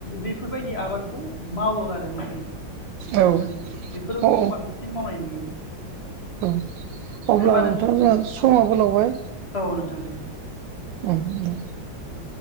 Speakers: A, on the left (about 30°); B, on the right (about 75°).
A: बेफोरबायदि आबादखौ मावो आरो माने
B: औ
A: माने बेफोरखौ
B: औ
A: बांसिन मावनाय नुयो
B: औ अब्ला
A: दे होमबा
B: नोंथां
A: नों
B: जोंहा समाबो लावबाय
A: औ नोंथां दे
B: ओम ओम
A: औ